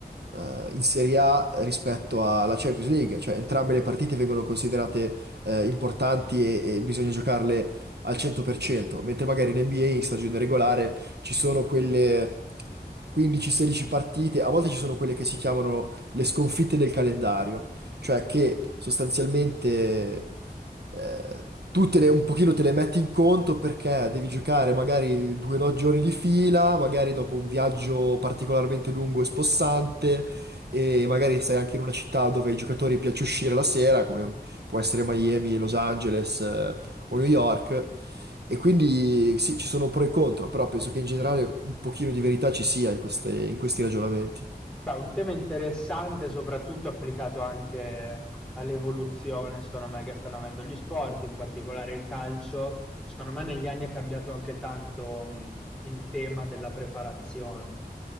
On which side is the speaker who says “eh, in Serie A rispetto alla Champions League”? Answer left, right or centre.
Right